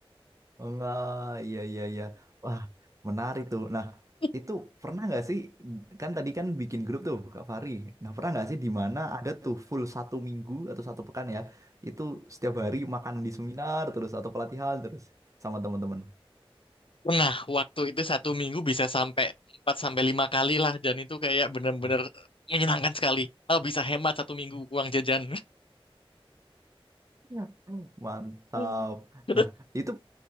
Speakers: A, on the right (about 30°); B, on the left (about 60°).
A: Oh, Enggak, iya iya iya. Wah, menarik tuh. Nah,
B: <laughs>
A: itu pernah nggak sih kan tadi kan bikin grup tuh Kak Fahri. Nah, pernah nggak sih di mana ada tuh full satu minggu atau satu pekan ya, itu setiap hari makan di seminar terus atau pelatihan terus sama teman-teman.
B: Nah, waktu itu satu minggu bisa sampai 4 sampai 5 kali lah dan itu kayak bener-bener
A: Oh,
B: menyenangkan sekali. Oh, bisa hemat satu minggu uang jajan.
A: iya. Mantap.
B: <laughs>
A: Nah, itu